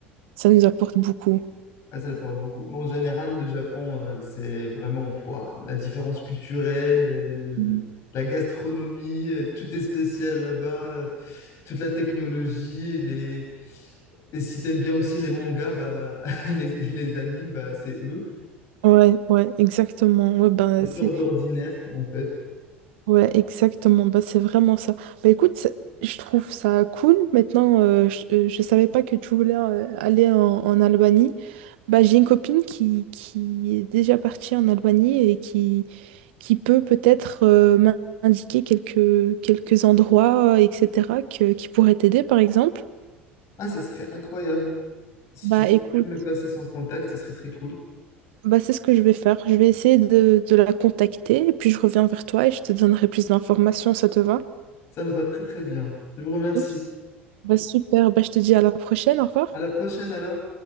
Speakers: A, on the right; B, on the left.
A: ça nous apporte beaucoup.
B: Ah, ça le parle beaucoup. En général, le Japon, euh, c'est vraiment ouah, la différence culturelle, euh,
A: Mm.
B: la gastronomie, euh, tout est spécial là-bas, euh, toute la technologie, les... et si t'aimes bien aussi les mangas, bah, <laughs> et les, et les animes, bah, c'est eux.
A: Ouais, ouais, exactement. Ouais, ben,
B: C'est
A: c'est
B: sort de l'ordinaire, en fait.
A: Ouais, exactement. Bah, c'est vraiment ça. Bah, écoute, ça- je trouve ça cool. Maintenant, euh, je, euh, je savais pas que tu voulais euh, aller en, en Albanie. Bah, j'ai une copine qui, qui est déjà partie en Albanie et qui, qui peut peut-être euh, m'indiquer quelques, quelques endroits, euh, etc., que, qui pourraient t'aider, par exemple.
B: Ah, ça serait incroyable. Si
A: Bah,
B: tu pouvais
A: écoute,
B: me passer son contact, ça serait très cool.
A: bah, c'est ce que je vais faire. Je vais essayer de, de la contacter et puis je reviens vers toi et je te donnerai plus d'informations. Ça te va?
B: Ça me va très très bien. Je vous remercie.
A: Ok. Bah, super. Bah, je te dis à la prochaine. Au revoir.
B: À la prochaine alors.